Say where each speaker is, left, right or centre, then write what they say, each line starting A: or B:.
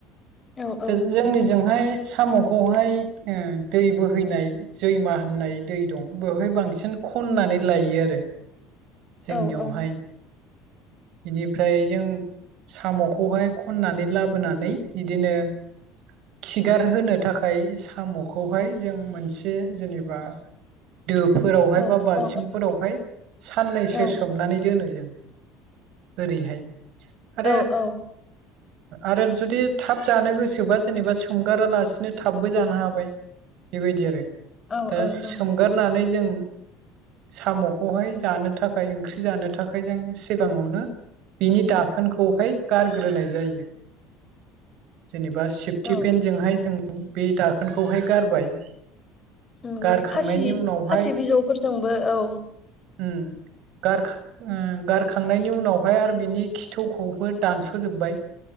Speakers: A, on the left (about 30°); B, on the right (about 70°).
A: औ औ
B: ओ जोंनिजोंहाय साम'खौहाय ओ दै बोहैनाय जैमा होननाय दै दं बेवहाय बांसिन खननानै लायो आरो जोंनियावहाय
A: औ औ
B: बेनिफ्राय जों साम'खौहाय खननानै लाबोनानै बिदिनो
A: <inaudible>
B: खिगार होनो थाखाय साम'खौहाय जों मोनसे जेनेबा दोफोरावहाय
A: औ
B: बा बाल्थिंफोरावहाय
A: औ
B: साननैसो
A: औ
B: सोमनानै दोनो जों ओरैहाय आरो
A: औ औ
B: आरो जुदि थाब जानो गोसो सोबा जेनेबा सोमगारालासिनो थाबबो जानो हाबाय बेबायदि आरो
A: औ
B: दा
A: औ
B: सोमगारनानै जों साम'खौहाय जानो थाखाय ओंख्रि जानो थाखाय जों सिगाङावनो बिनि दाखोनखौहाय गारग्रोनाय जायो
A: <inaudible>
B: जेनेबा सेफटि
A: औ
B: पेन्जोंहाय जों बे दाखोनखौहाय गारबाय
A: ओं
B: गारखांनायनि
A: जेरै खासि
B: उनावहाय
A: खासि बिजौफोरजोंबो औ
B: उम गार उम गारखांनायनि उनावहाय आरो बिनि खिथौखौबो दानस'जोबबाय